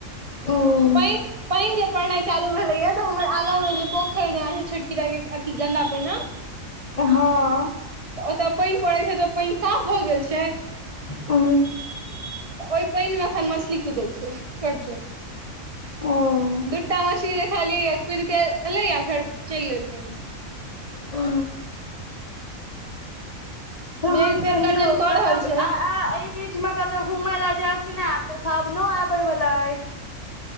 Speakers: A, on the left; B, on the right.
A: हँ
B: पनि पनि जे पढ़नाइ चालू भेलैए तऽ हमर आगाँमे जे पोख खरीदना छै छोटकीदायके अथि गन्दा पानने
A: हँ
B: ओतऽ पानि पड़ैत छै तऽ पानि साफ भऽ गेल छै
A: ओ
B: तऽ ओहि पानि में एखन मछली कुदै छै छोट छोट
A: हूँ
B: दूटा मछली देखलिय कुद के एले या फेर चले एथिने
A: ओ तहन
B: मेघ फेर
A: कहियौ
B: गर्जन कऽ
A: कतहु
B: रहल छै
A: बीच में कतौ घूमय ले जायब कि नहि आयब तऽ सावनो आबे वाला अछि